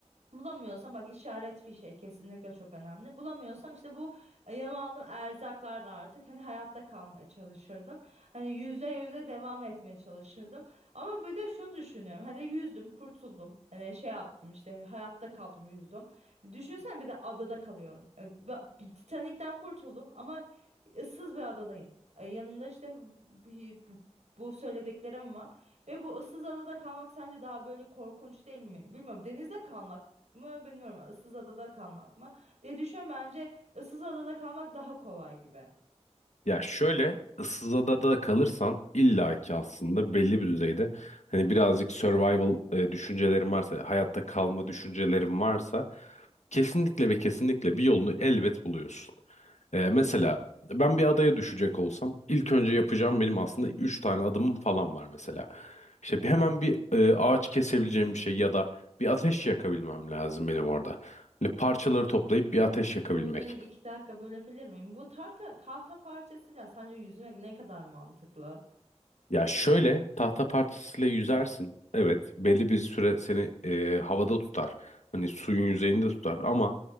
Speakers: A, on the right; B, on the left.
A: Bulamıyorsam bak işaret fişe kesinlikle çok önemli. Bulamıyorsam işte bu e, yanıma aldığım erzaklarla artık hani hayatta kalmaya çalışırdım. Hani yüzde yüze devam etmeye çalışırdım. Ama bir de şunu düşünüyorum. Hani yüzdüm, kurtuldum. Hani şey yaptım işte hayatta kaldım, yüzdüm. Düşünsen bir de adada kalıyorum. Evet, ba- bir Titanik'ten kurtuldum ama ıssız bir adadayım. E, Yanımda işte bir, bu, bu söylediklerim var. Ve bu ıssız adada kalmak sence daha böyle korkunç değil mi? Bilmiyorum. Denizde kalmak mı bilmiyorum. Issız adada kalmak mı diye düşünüyorum. Bence ıssız adada kalmak daha kolay gibi.
B: Ya şöyle ıssız adada kalırsan illaki aslında belli bir düzeyde hani birazcık survival e, düşüncelerin varsa, hayatta kalma düşüncelerin varsa kesinlikle ve kesinlikle bir yolunu elbet buluyorsun. E, mesela ben bir adaya düşecek olsam ilk önce yapacağım benim aslında 3 tane adımım falan var mesela. İşte bir hemen bir e, ağaç kesebileceğim bir şey ya da bir ateş yakabilmem lazım benim orada. Hani parçaları toplayıp bir ateş yakabilmek.
A: Sözünü iki dakika bölebilir miyim? Bu tahta tahta parçasıyla sence yüzmek ne kadar mantıklı?
B: Ya şöyle tahta parçasıyla yüzersin. Evet, belli bir süre seni e, havada tutar. Hani suyun yüzeyinde tutar ama